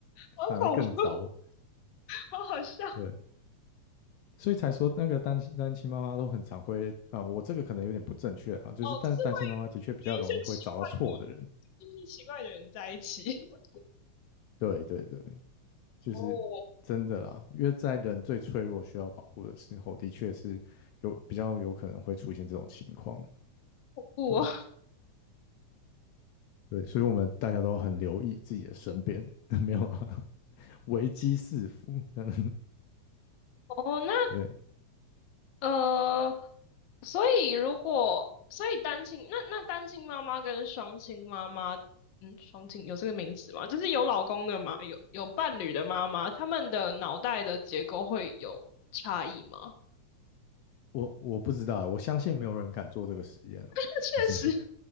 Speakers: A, on the left; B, on the left.
A: 好恐怖，
B: 反而更糟。
A: 好好笑。
B: 对，所以才说那个单亲单亲妈妈都很常会啊，我这个可能有点不正确啊，就是但是单亲妈妈的确比较容易会找到错的人。
A: 哦，就是会跟一些奇怪的、一些奇怪的人在一起。<laughs>
B: 对对对，就是真的啦，
A: 哦，
B: 因为在人最脆弱需要保护的时候，的确是有比较有可能会出现这种情况。
A: 不
B: 对对，所以我们大家都很留意自己的身边，<laughs> 没有啊，危机四伏。这样
A: 哦，
B: <laughs>
A: 那
B: 对。
A: 呃，所以如果所以单亲，那那单亲妈妈跟双亲妈妈，嗯，双亲有这个名字吗？就是有老公的妈，有有伴侣的妈妈，他们的脑袋的结构会有差异吗？
B: 我我不知道，我相信没有人敢做这个实验啊。
A: <laughs> 那确实，
B: 就是